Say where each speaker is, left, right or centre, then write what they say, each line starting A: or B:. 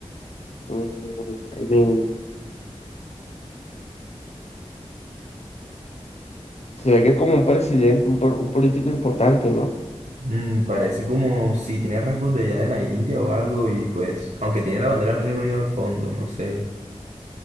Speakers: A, on the left (about 65°); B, on the right (about 90°).
A: mm, eh, se ve que es como un presidente, un, po- un político importante, ¿no?
B: Mm, parece como si tiene rasgos de allá de la India o algo, y pues, aunque tiene la bandera del Reino Unido al fondo, no sé.